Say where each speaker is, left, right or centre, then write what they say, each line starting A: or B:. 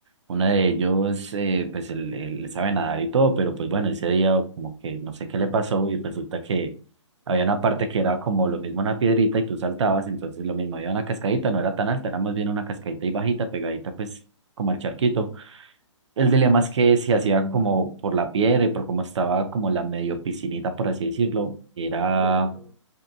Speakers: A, on the right (about 65°); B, in the centre.
A: Una de ellos, eh, pues él, él sabe nadar y todo, pero pues bueno, ese día como que no sé qué le pasó y resulta que había una parte que era como lo mismo una piedrita y tú saltabas, entonces lo mismo, había una cascadita, no era tan alta, era más bien una cascadita y bajita, pegadita pues como al charquito. El dilema es que se hacía como por la piedra y por cómo estaba como la medio piscinita, por así decirlo, era,
B: Y era muy alto.